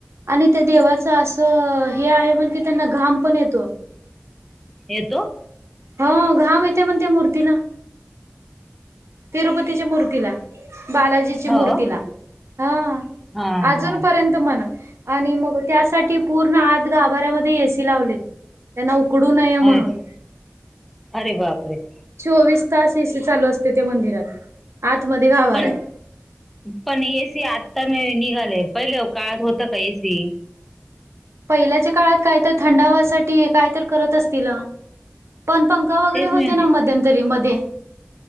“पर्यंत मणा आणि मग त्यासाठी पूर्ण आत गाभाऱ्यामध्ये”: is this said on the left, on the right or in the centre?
Right